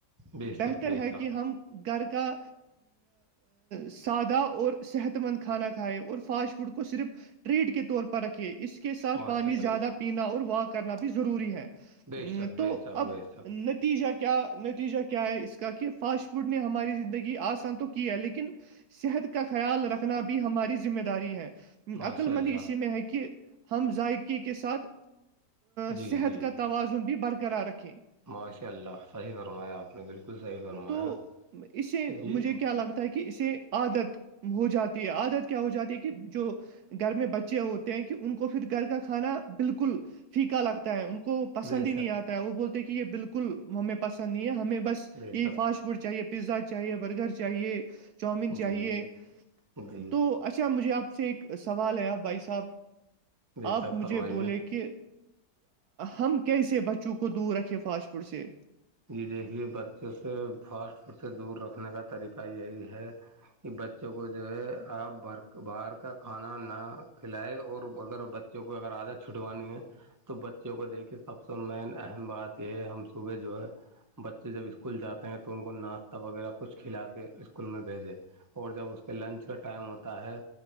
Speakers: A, on the right (about 25°); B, on the right (about 70°).
A: بے
B: بہتر
A: شک بے
B: ہے
A: شک
B: کہ ہم گھر کا سادہ اور صحت مند کھانا کھائے اور فاسٹ فوڈ کو صرف ٹریڈ کے طور پر رکھے اس کے ساتھ
A: ماشاء
B: پانی
A: اللہ
B: زیادہ پینا اور واک کرنا بھی ضروری ہے
A: بے
B: ہ
A: شک
B: تو
A: بے شک
B: اب
A: بے شک
B: نتیجہ کیا نتی نتیجہ کیا ہے اس کا کہ فاسٹ فوڈ نے ہماری زندگی آسان تو کی ہے لیکن صحت کا خیال رکھنا بھی ہماری ذمہ داری ہے
A: ماشاء
B: عقللمندی
A: اللہ
B: اسی میں ہے کہ ہم ذائقے کے ساتھ
A: جی
B: صحت
A: جی
B: کا توازن بھی برقرار رکھے
A: ماشاء اللہ صحیح فرمایا آپ نے بالکل صحیح فرمایا
B: تو اسے
A: جی
B: مجھے کیا لگتا ہے کہ اسے عادت ہو جاتی ہے عادت کیا ہو جاتی ہے کہ جو گھر میں بچے ہوتے ہیں کہ ان کو پھر گھر کا کھانا بالکل پھیکا لگتا ہے ان کو پسند
A: بے
B: ہی نہیں
A: شک
B: آتا ہے وہ بولتے کہ یہ بالکل ہمیں پسند نہیں ہے ہمیں بس
A: بے
B: یہی
A: شک
B: فاسٹ فوڈ چاہیے پیزا چاہیے برگر چاہیے چاؤومین چاہیے
A: جی جی جی
B: تو اچھا مجھے آپ سے ایک سوال آیا بھائی صاحب
A: بے
B: آپ
A: شک
B: مجھے
A: فرمائیے
B: بولے کہ ہم کیسے بچوں کو دور رکھے فاسٹ فوڈ سے
A: ج دیکھیے بچوں سے فاسٹ فوڈ سے دور رکھنے کا طریقہ یہی ہے کہ بچوں کو جو ہے آپ بھر باہر کا کھانا نہ کھلائے اور اگر ب جو کوئی اگر عادت چھٹوانی ہے تو بچوں کو دیکھے سب سے مین اہم بات یہ ہے ہم صوبح جو ہے بچے جب اسکول جاتے ہیں تو ان کو ناشتہ وغیرہ کچھ کھلا کے اسکول میں بھیجے اور جب اس کے لنچ کا ٹائم ہوتا ہے